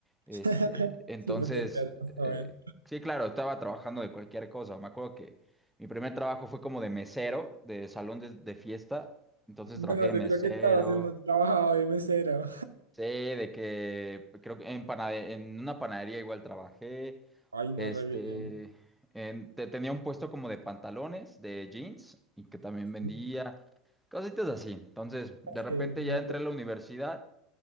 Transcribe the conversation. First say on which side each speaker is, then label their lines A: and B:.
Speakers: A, in the centre; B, on the right.
A: Este,
B: <laughs>
A: entonces,
B: Sí, porque te das,
A: eh,
B: joder.
A: sí, claro, estaba trabajando de cualquier cosa. Me acuerdo que mi primer trabajo fue como de mesero, de salón de, de fiesta. Entonces
B: No,
A: trabajé de
B: yo
A: mesero.
B: creo que todos hemos trabajado de mesero.
A: Sí, de que pues, creo que en, panade- en una panadería igual trabajé.
B: Ay, no,
A: Este,
B: re bien.
A: en- te- tenía un puesto como de pantalones, de jeans, y que también vendía
B: Sí,
A: cositas así. Entonces, de
B: es
A: repente
B: que me
A: ya entré a la universidad